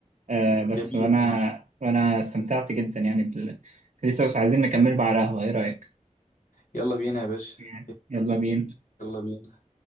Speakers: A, on the right; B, on the left.
A: آه، بس
B: جميل
A: وأنا
B: والله
A: وأنا استمتعت جدا يعني بال... لسه بس عايزين نكمل بقى على القهوة إيه رأيك؟
B: يلا بينا يا باشا
A: يعني يلا بينا
B: يلا بينا